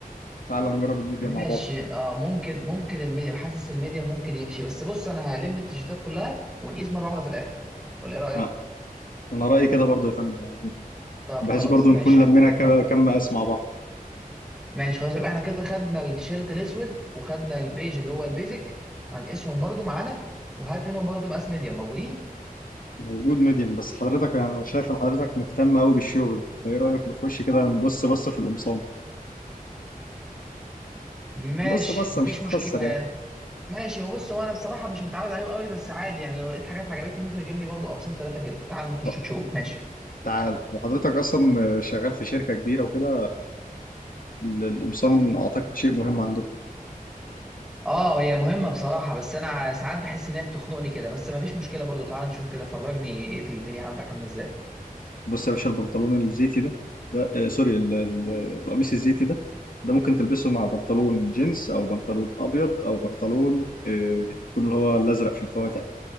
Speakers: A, on the left; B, in the centre.
A: تعال نجرب الميديم
B: ماشي
A: مع بعض
B: اه ممكن ممكن الميديا حاسس الميديا ممكن يمشي بس بص انا هلم التيشيرتات كلها ونقيس مره واحده في الاخر ولا ايه رايك
A: آه، انا رايي كده برضو يا فندم يعني
B: طب
A: بحيث
B: خلاص
A: برضو
B: ماشي
A: نكون
B: خلينا
A: لمينا كم
B: نكمل
A: كم مقاس مع بعض
B: ماشي خلاص يبقى احنا كده خدنا التيشيرت الاسود وخدنا البيج اللي هو البيزك هنقيسهم برضو معانا وهات منهم برضو مقاس ميديا موجودين
A: موجود ميديم بس حضرتك يعني انا شايف ان حضرتك مهتم قوي بالشغل فايه رايك نخش كده نبص بصه في القمصان
B: ماشي
A: بص بصه
B: مفيش
A: مش هتخسر
B: مشكله
A: يعني
B: ماشي هو بص هو انا بصراحه مش متعود عليهم قوي بس عادي يعني لو لقيت حاجات عجبتني ممكن اجيب لي برضو قميصين ثلاثه كده تعال نخش
A: طب
B: نشوف ماشي
A: تعال لو حضرتك اصلا شغال في شركه كبيره وكده ال- القمصان اعتقد شيء مهم عندكم
B: اه هي مهمة بصراحة بس انا ساعات بحس ان هي بتخنقني كده بس ما فيش مشكلة برضو تعال نشوف كده فرجني ايه الدنيا عندك عاملة ازاي
A: بص يا باشا البنطلون الزيتي ده ده آه سوري ال- ال- القميص الزيتي ده ده ممكن تلبسه مع بنطلون جينز او بنطلون ابيض او بنطلون آه، يكون اللي هو الازرق في الفواتح ده